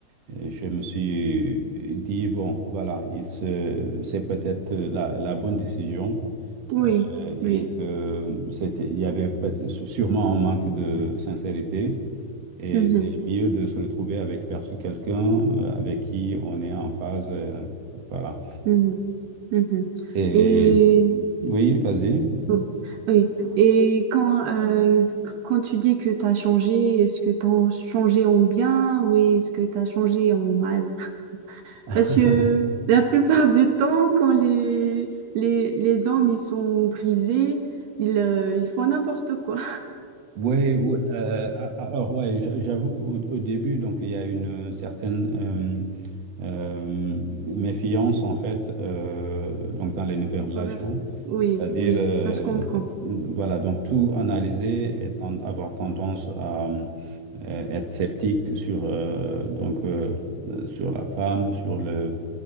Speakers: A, on the right; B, on the right.
A: et je me suis dit, bon, voilà, il se, c'est peut-être la, la bonne décision.
B: Oui,
A: Euh, Et
B: oui.
A: euh, c'était, il y avait peut- sûrement un manque de sincérité. Et
B: mhm.
A: c'est mieux de se retrouver avec perso- quelqu'un euh, avec qui on est en phase. euh, voilà.
B: Mhm. Mhm.
A: Et
B: Et
A: oui, vas-y.
B: bon, oui. Et quand, euh, quand tu dis que tu as changé, est-ce que tu as changé en bien ou est-ce que tu as changé en mal?
A: <laughs>
B: Parce que la plupart du temps, quand les, les, les hommes ils sont brisés, ils, euh, ils font n'importe quoi.
A: Oui, oui, euh, a- alors ouais, j'a- j'avoue qu'au au début, donc il y a une euh, certaine Euh, méfiance, en fait, euh, donc dans les nouvelles relations.
B: Envers- Oui,
A: C'est-à-dire,
B: oui,
A: euh,
B: ça se comprend.
A: voilà, donc tout analyser et ten- avoir tendance à euh, être sceptique sur, euh, donc, euh, euh, sur la femme, sur le.